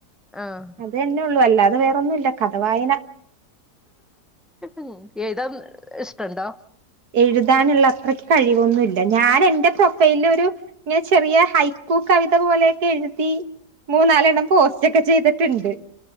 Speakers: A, in the centre; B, on the right (about 75°).
A: ആഹ്
B: അത് തന്നെ ഒള്ളൂ അല്ലാ വേറൊന്നും ഇല്ല കഥ വായന
A: ഉം എഴുതാം ഉം ഇഷ്ടെണ്ടോ
B: എഴുതാനെള്ള അത്രയ്ക്ക് കഴിവൊന്നുവില്ല ഞാൻ എന്റെ പ്രൊഫൈല് ഒരു ഇങ്ങനെ ചെറിയ ഹൈക്കു കവിത പോലെയൊക്കെ എഴുതി മൂന്നാലെണ്ണം പോസ്റ്റ് ഒക്കെ ചെയ്ത്ട്ടണ്ട്